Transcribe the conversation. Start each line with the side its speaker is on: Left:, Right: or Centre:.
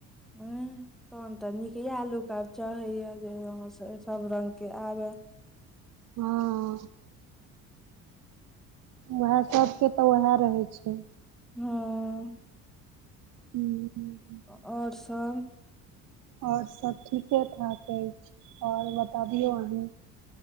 Centre: हूँ तहन तऽ नीक इएह लोक आब चाहैए जे अहाँ सभ रगं के आबै
Right: हँ वएह सबके तऽ वएह रहै छै
Centre: हँ
Right: हूँ
Centre: आओर सब
Right: आओर सब ठीके ठाक अछि आओर बताबियऔ अहीं